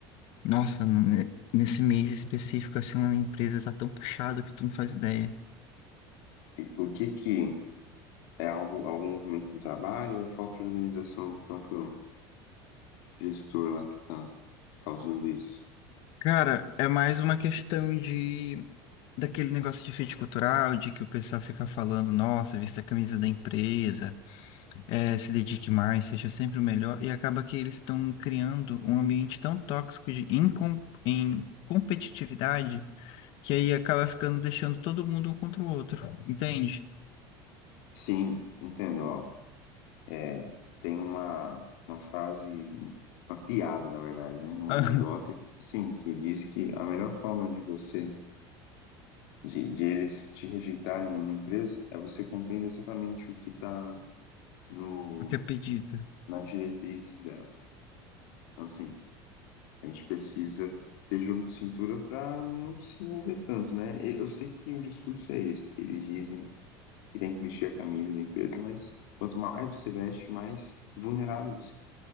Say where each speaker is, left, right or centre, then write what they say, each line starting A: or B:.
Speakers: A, on the left; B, on the left.
A: Nossa, n- nesse mês específico, assim, lá na empresa tá tão puxado que tu não faz ideia.
B: E o que que é algo, algum movimento no trabalho ou é falta de organização do próprio gestor lá que tá causando isso?
A: Cara, é mais uma questão de daquele negócio de fit cultural, de que o pessoal fica falando, nossa, vista a camisa da empresa, eh, se dedique mais, seja sempre o melhor, e acaba que eles estão criando um ambiente tão tóxico de incom em competitividade, que aí acaba ficando deixando todo mundo um contra o outro, entende?
B: Sim, entendo, ó. É, tem uma, uma frase, uma piada, na verdade, né? Uma
A: <laughs>
B: anedota, sim, que diz que a melhor forma de você, de, de eles te rejeitarem numa empresa é você cumprindo exatamente o que tá no
A: o que é pedido.
B: nas diretrizes dela. Então, assim, a gente precisa ter jogo de cintura para não se envolver tanto, né? E Eu sei que o discurso é esse, que eles dizem que tem que vestir a camisa da empresa, mas quanto mais você veste, mais vulnerável você